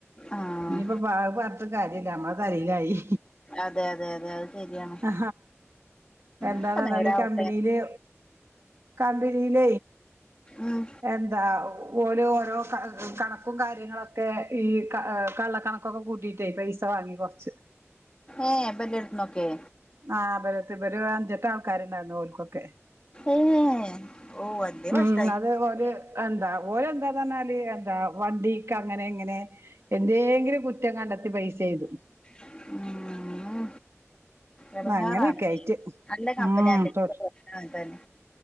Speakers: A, on the left; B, on the right.
A: ആഹ്
B: ഇനിയിപ്പം അത് പറഞ്ഞിട്ട് കാര്യമില്ല നമ്മള തലയിലായി
A: അതെ അതെ അതെ അത് ശരിയാണ്
B: ആ എന്താന്ന
A: ഒക്കെ
B: പറഞ്ഞാൽ
A: നേരാവട്ടെ
B: കബനിയിലെ. കമ്പനിയില
A: ഉം
B: എന്താ ഓൽ ഓരോ കണക്കും കാര്യങ്ങളൊക്കെ ഈ കള്ളക്കണക്കൊക്കെ കൂട്ടിട്ടായി പൈസ വാങ്ങി കൊറച്ച്
A: ഏഹ് ഇബന്റെടുത്ത്ന്നൊക്കെ
B: ആ് ഇവരടുത്ത് ഇവര് എഅഞ്ചെട്ട ആൾക്കാരുണ്ടായിന്ന് ഓൽക്ക് ഒക്കെ
A: ഏഹ് ഓഹ് വല്യ
B: മ്മ്
A: കഷ്ടായി
B: അത് ഓൽ എനത ഓൽ എനതന്നാൽഎന്താ വണ്ടിക്ക് അങ്ങനെ ഇങ്ങനെ എന്തെങ്കിലും കുറ്റം കണ്ടെത്തി പൈസ എഴുതും
A: ആ എടഞ്ങ്ങാറാണ്നല്ല
B: അങ്ങനെയൊക്കെ ആയിട്ട്
A: കമ്പനല്ലേ
B: ഉം തൊ
A: തന്നെ